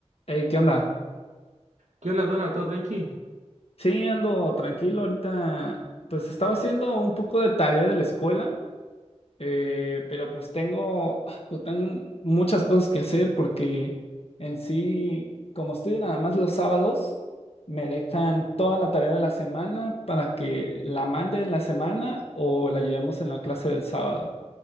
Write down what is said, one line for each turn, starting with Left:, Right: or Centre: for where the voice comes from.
Left: Hey, ¿qué onda?
Right: ¿Qué onda, Dona? ¿Todo tranqui?
Left: Sí, ando tranquilo ahorita. Pues estaba haciendo un poco de tarea de la escuela, eh, pero pues tengo, ah, pues, tengo muchas cosas que hacer porque en sí, como estudio nada más los sábados, me dejan toda la tarea de la semana para que la mande en la semana o la llevemos en la clase del sábado.